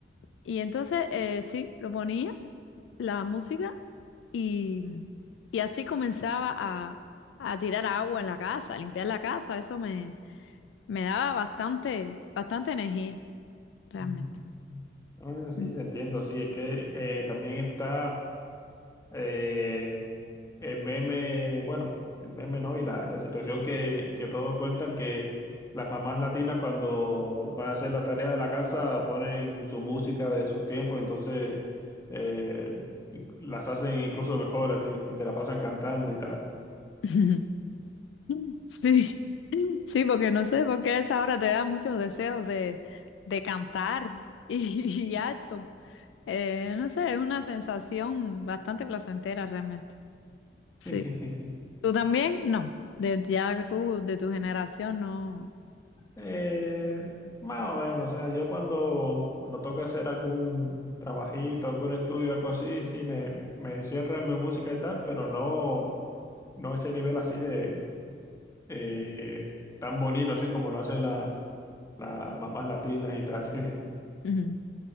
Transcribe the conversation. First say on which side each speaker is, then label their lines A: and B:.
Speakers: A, on the left; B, on the left.
A: Y entonces, eh, sí, lo ponía, la música, y, y así comenzaba a, a tirar agua en la casa, a limpiar la casa. Eso me, me daba bastante, bastante energía, realmente.
B: ujú. Ah, sí,
A: Mm.
B: te entiendo, sí, es que eh, también está eh, el meme, bueno, el meme no, y la, la situación que, que todos cuentan que las mamás latinas cuando van a hacer las tareas de la casa ponen su música de sus tiempos, entonces eh, las hacen incluso mejor así, y se la pasan cantando y tal.
A: <laughs> Sí, sí, porque no sé, porque a esa hora te da muchos deseos de, de cantar y, <laughs> y alto. Eh, no sé, es una sensación bastante placentera realmente. Sí.
B: <laughs>
A: ¿Tú también? No. De, ya que tú, de tu generación, no.
B: Eh, más o menos, o sea, yo cuando, cuando toca hacer algún trabajito, algún estudio, algo así, sí, me, me encierro en mi música y tal, pero no, no a ese nivel así de eh, tan bonito así como lo hacen la- las mamás latinas y tal. <laughs>
A: Ujú.